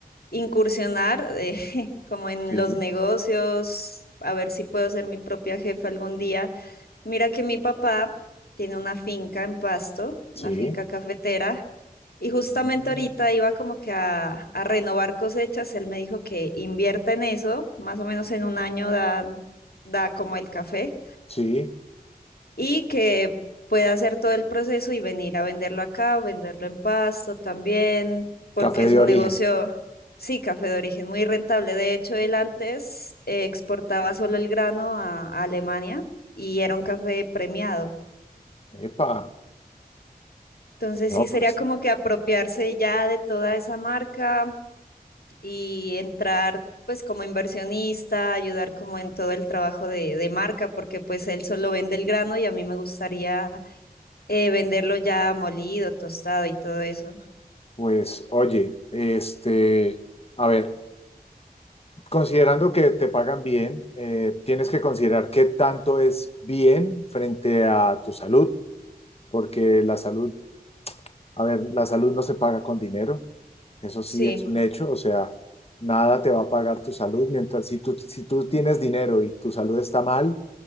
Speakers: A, on the left; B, on the left.
A: incursionar eh, <laughs> como en
B: Sí,
A: los negocios, a ver si puedo ser mi propia jefa algún día. Mira que mi papá tiene una finca en Pasto,
B: sí,
A: una finca cafetera, y justamente
B: Mm,
A: ahorita iba como que a, a renovar cosechas, él me dijo que invierta en eso, más o menos en un año dan, da como el café
B: sí.
A: y que pueda hacer todo el proceso y venir a venderlo acá, venderlo en Pasto también, porque
B: Café
A: es
B: de
A: un
B: origen.
A: negocio, sí, café de origen muy rentable. De hecho, él antes eh, exportaba solo el grano a, a Alemania y era un café premiado.
B: Epa,
A: Entonces
B: no,
A: sí
B: pues,
A: sería como que apropiarse ya de toda esa marca y entrar pues como inversionista, ayudar como en todo el trabajo de, de marca, porque pues él solo vende el grano y a mí me gustaría eh, venderlo ya molido, tostado y todo eso.
B: pues, oye, este, a ver. considerando que te pagan bien, eh, tienes que considerar qué tanto es bien frente a tu salud, porque la salud, a ver, la salud no se paga con dinero, eso
A: Sí,
B: sí es un hecho, o sea, nada te va a pagar tu salud, mientras si tú, si tú tienes dinero y tu salud está mal,